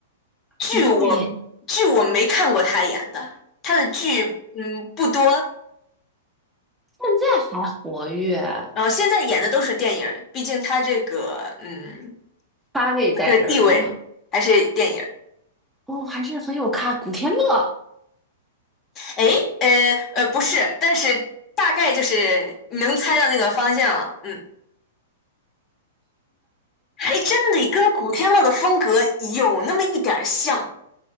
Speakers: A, on the left (about 30°); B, in the centre.
A: 剧我，
B: 主要演，
A: 剧我没看过他演的，他的剧嗯不多，
B: 现在还活跃，
A: 然后现在演的都是电影儿，毕竟他这个嗯
B: 咖位在这儿呢哈。
A: 这个地位还是电影儿。
B: 哦，还是很有咖，古天乐。
A: 诶，呃呃不是，但是大概就是你能猜到那个方向了，嗯，还真得跟古天乐的风格有那么一点儿像。